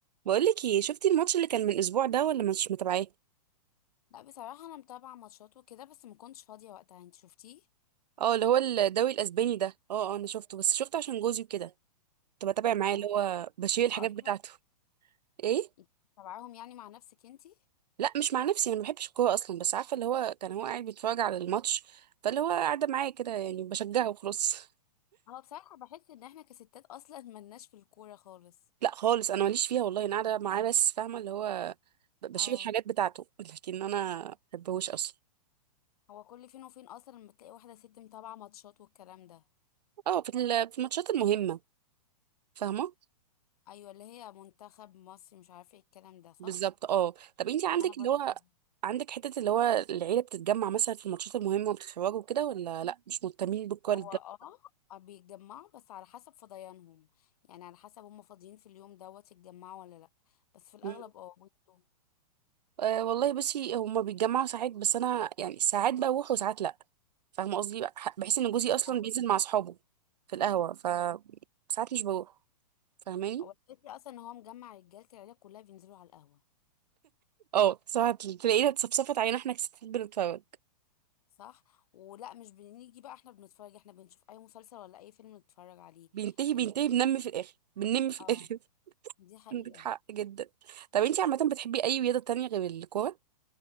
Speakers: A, on the right; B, on the left.
A: بقولك ايه شفتي الماتش اللي كان من اسبوع ده ولا مش متابعاه
B: لا بصراحة أنا متابعة ماتشات وكده بس ما كنتش فاضية وقتها أنت شفتيه؟
A: اه اللي هو الدوري الاسباني ده اه اه انا شفته بس شفته عشان جوزي وكده كنت بتابع معاه
B: اه أنا
A: اللي هو بشيل
B: متابعة
A: الحاجات
B: أصلا
A: بتاعته ايه
B: انت متابعاهم يعني مع نفسك أنتي؟
A: لا مش مع نفسي انا ما بحبش الكوره اصلا بس عارفه اللي هو كان هو قاعد بيتفرج على الماتش فاللي هو قاعده معايا كده يعني بشجعه وخلاص <laughs>
B: هو بصراحة بحس إن إحنا كستات أصلا <laughs> ملناش في الكورة خالص
A: لا خالص انا ماليش فيها والله انا قاعده معاه بس فاهمه اللي هو ب- بشيل
B: اه
A: الحاجات بتاعته <laughs> لكن انا ما بحبهوش اصلا
B: هو كل فين وفين أصلا لما تلاقي واحدة ست متابعة ماتشات والكلام ده
A: اه في ال- في الماتشات المهمه فاهمه
B: أيوة اللي هي منتخب مصر مش عارفة إيه الكلام ده صح؟
A: بالظبط اه طب انت عندك
B: أنا برضو
A: اللي هو
B: كده
A: عندك حتة اللي هو العيلة بتتجمع مثلا في الماتشات المهمة وبتتفرجوا كده ولا لا مش مهتمين بالكواليس
B: هو
A: ده
B: اه آه، بيتجمعوا بس على حسب فضيانهم يعني على حسب هم فاضيين في اليوم دوت يتجمعوا ولا لأ بس في الأغلب
A: مم.
B: اه بيبقوا.
A: أه والله بصي هما بيتجمعوا ساعات بس انا يعني ساعات بروح وساعات لا فاهمة قصدي بح- بحس ان جوزي اصلا
B: أيوة
A: بينزل مع اصحابه في القهوة ف ساعات مش بروح فاهماني
B: هو الفكرة أصلا إن هو مجمع رجالة العيلة كلها بينزلوا على القهوة
A: اه ساعات تلاقينا اتصفصفت علينا احنا كستات بنتفرج
B: صح ولا مش بنيجي بقى احنا بنتفرج احنا بنشوف أي مسلسل ولا أي فيلم نتفرج عليه
A: بينتهي
B: يعني
A: بينتهي بنم في الاخر بننم في
B: اه
A: الاخر <laughs>
B: دي حقيقة
A: عندك حق جدا طب انت عامة بتحبي اي رياضة تانية غير الكورة؟